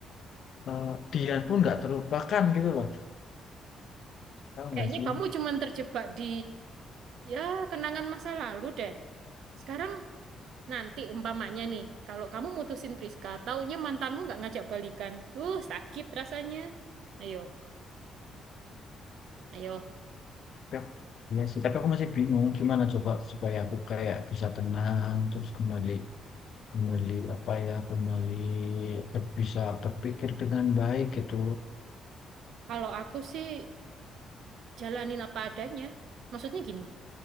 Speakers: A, on the left; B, on the right.
A: eh, Dian pun nggak terlupakan gitu loh. Tahu
B: Kayaknya
A: nggak sih?
B: kamu cuman terjebak di ya kenangan masa lalu deh. Sekarang nanti umpamanya nih, kalau kamu mutusin Priska, taunya mantanmu nggak ngajak balikan. Uh, sakit rasanya. Ayo, ayo.
A: Ya, Iya sih, tapi aku masih bingung gimana coba supaya aku kayak bisa tenang terus kembali kembali apa ya kembali ber- bisa berpikir dengan baik gitu
B: Kalau aku sih jalanin apa adanya. Maksudnya gini,